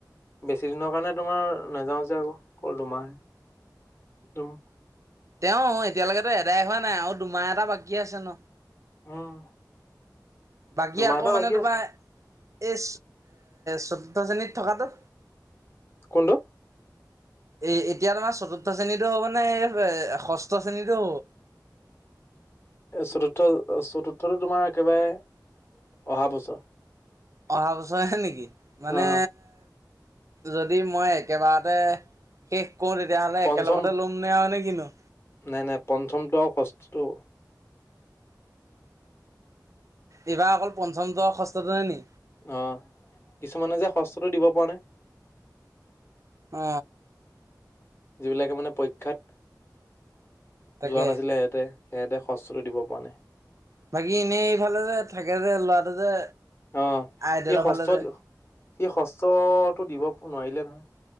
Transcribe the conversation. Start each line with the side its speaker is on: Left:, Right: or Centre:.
Left: বেছি দিনৰ কাৰণে তোমাৰ নাযাওঁ যে আকৌ অকল দুমাহে। দম
Right: তেও এতিয়ালৈকেতো এদাই হোৱা নাই আৰু দুমাহ এটা বাকী আছে ন।
Left: উম,
Right: বাকী
Left: দুমাহ
Right: আকৌ
Left: এটা
Right: মানে
Left: বাকী
Right: তোমাৰ
Left: আছে
Right: এই চৈধ্য শ্ৰেণীত থকাটো
Left: কোনটো
Right: এ- এতিয়া তোমাৰ চতুৰ্থ শ্ৰেণীতটো হ'ব নেষ্ঠ তছে নিটো
Left: এ চতুৰ্থ - চতুৰ্থটো তোমাৰ একেবাৰে অহা বছৰ।
Right: অহা বছৰেহে নেকি মানে।
Left: হা হা
Right: যদি মই একেবাৰতে শেষ কওঁ তেতিয়াহ'লে
Left: পঞ্চম
Right: একেলগতে ল'ম নে হয় নে কিনু।
Left: নাই নাই পঞ্চমটো ষষ্টটো।
Right: এইবা অকল পঞ্চমটো আও ষষ্ঠটোৱে নি?
Left: অ' কিছুমানে যে ষষ্ঠটো দিব পৰা নাই।
Right: অ
Left: যিবিলাকে মানে পইক্ষাত,
Right: তাকে
Left: যোৱা নাছিলে এহেতে সিহঁতে সষ্টটো দিব পৰা নাই।
Right: বাকী এনেই এইফালে যে থাকে যে লৰাটো যে।
Left: অ
Right: আইডিয়েলৰ
Left: সি সষ্ট,
Right: ফালে যে
Left: সি সষ্টতটো দিব নোৱাৰিলে নহয়।